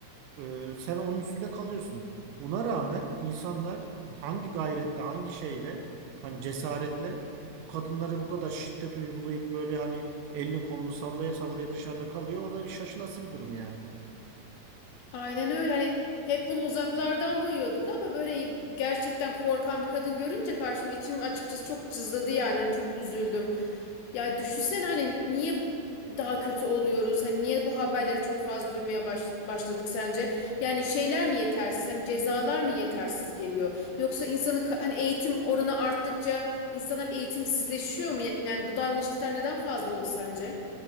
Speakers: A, on the right; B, on the left.
A: e, sen onun üstünde kalıyorsun. Buna rağmen insanlar hangi gayretle, hangi şeyle, hani cesaretle bu kadınlara bu kadar şiddet uygulayıp böyle hani elini kolunu sallaya sallaya dışarıda kalıyor. O da şaşılası bir durum yani.
B: Aynen öyle. Hani hep bunu uzaklardan duyuyorduk ama böyle gerçekten korkan bir kadın görünce karşımda içim açıkçası çok cızladı yani. Hani çok üzüldüm. Ya düşünsene hani niye bu- daha kötü oluyoruz? Hani niye bu haberleri çok fazla duymaya baş- başladık sence? Yani şeyler mi yetersiz? Hani cezalar mı yetersiz geliyor? Yoksa insanın ka- hani eğitim oranı arttıkça insanlar eğitimsizleşiyor mu? Yani bu davranışlar neden fazla oldu sence?